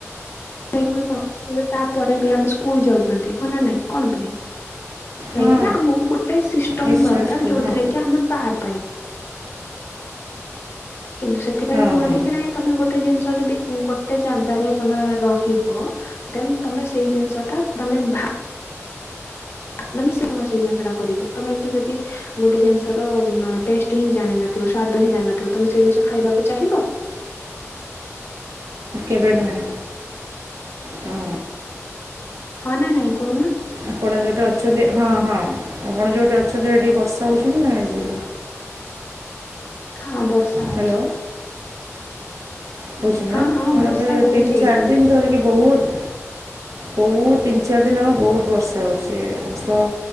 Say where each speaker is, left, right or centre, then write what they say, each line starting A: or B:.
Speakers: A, on the left; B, on the right.
A: <unintelligible> ତାପରେ ବି ଆମେ ସ୍କୁଲ ଯାଉଛନ୍ତି ହ ନା ନାଇଁ କଣ ପାଇଁ? କାହିଁକି
B: ହଁ
A: ନା ଆମକୁ ଗୋଟେ ସିଷ୍ଟମ
B: ନିଶ୍ଚୟ
A: ଦରକାର
B: ଯିବୁ
A: ଯୋଉଥିରେ
B: ହଁ
A: କି ଆମେ ପାର ପାଇବା। କିନ୍ତୁ ସେଥିପାଇଁ
B: ହଁ
A: କୁହନ୍ତି
B: ହଁ
A: କି ନାଇଁ ତମେ ଗୋଟେ ଜିନିଷ ଯଦି ଗୋଟେ ଜାଗାରେ ତମେ ରହିବ। ଦେନ୍ ତମେ ସେଇ ଜିନିଷ ଟା ମାନେ ଭା <unintelligible> ଗୋଟେ ଜିନିଷର ଟେଷ୍ଟ ହିଁ ଜାଣିନଥିବ, ସ୍ଵାଦ ହିଁ ଜାଣିନଥିବ, ତମେ ସେ ଜିନିଷ ଖାଇବାକୁ ଚାହିଁବ?
B: କେବେ ନୁହେଁ। ହଁ
A: ହଁ ନା ନାଇଁ କହୁନ?
B: ଆପଣ ଯୋଉଠି ଅଛନ୍ତି ହଁ ହଁ, ଆପଣ ଯେଉଁଠି ଅଛନ୍ତି ସେଠି ବର୍ଷା ହଉଛନ୍ତି ନା ନାଇଁ ଯେ?
A: ହଁ ବର୍ଷା ହଉଛି।
B: ହ୍ୟାଲୋ ହଉଛି ନା,
A: ହଁ ହଁ
B: ତ
A: ବର୍ଷା
B: ଏବେ
A: ହଉଛି
B: ତିନି ଚାରି
A: ଏଇଠି।
B: ଦିନ ଦିନି ଧରିକି ବହୁତ୍ ବହୁତ୍ ତିନି ଚାରି ଦିନି ହବ ବହୁତ ବର୍ଷା ବର୍ଷା ହେଉଛି ବର୍ଷା